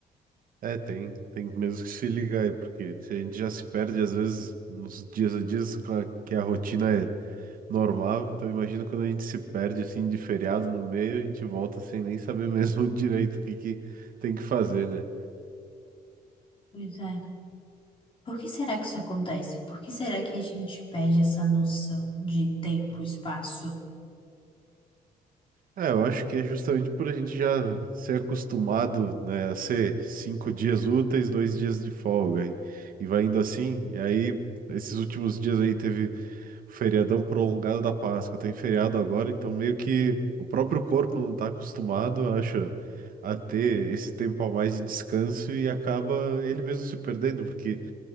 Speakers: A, on the right (about 60°); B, on the left (about 35°).
A: é, tem, tem mesmo que se ligar aí, porque se a gente já se perde, às vezes, nos dias a dias, com a- que a rotina é normal. Então imagina quando a gente se perde assim de feriado no meio, a gente volta sem nem saber mesmo <laughs> direito o que que tem que fazer, né?
B: Pois é. Por que será que isso acontece? Por que será que a gente perde essa noção de tempo, espaço?
A: É, eu acho que é justamente por a gente já ser acostumado, né, a ser cinco dias úteis, dois dias de folga e, e vai indo assim. E aí esses últimos dias aí teve o feriadão prolongado da Páscoa, tem feriado agora, então meio que o próprio corpo não está acostumado, acha, a ter esse tempo a mais de descanso e acaba ele mesmo se perdendo, porque